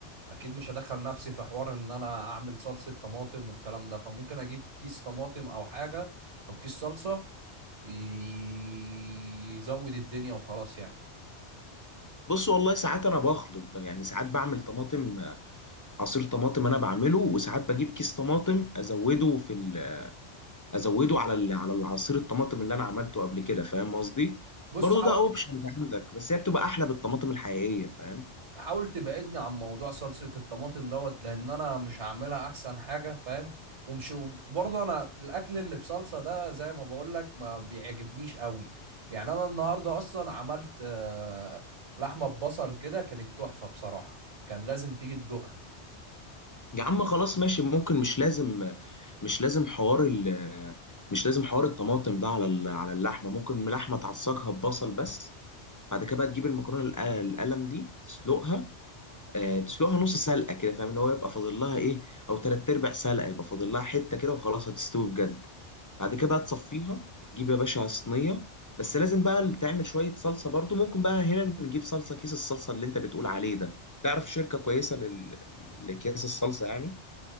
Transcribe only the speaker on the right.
اكيد مش هدخل نفسي في حوار ان انا اعمل صلصة طماطم والكلام ده فممكن اجيب كيس طماطم او حاجة او كيس صلصة ي- يزود الدنيا وخلاص يعني
بص
حاول
حاول تبعدني عن موضوع صلصة الطماطم دوت لأن أنا مش هعملها أحسن حاجة فاهم ومش برضه أنا الأكل اللي بصلصة ده زي ما بقول لك ما بيعجبنيش قوي يعني أنا النهاردة أصلا عملت آه، لحمة ببصل كده كانت تحفة بصراحة كان لازم تيجي تدوقها